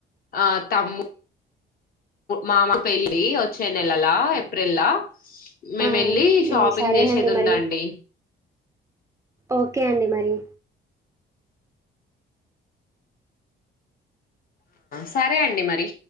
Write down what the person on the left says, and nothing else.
ఆ తమ్ము మామ పెళ్ళి వచ్చే నెలలా ఏప్రిల్లా. మేము
వెళ్ళి షాపింగ్
చేసేది ఉందండి
సరే అండి మరి.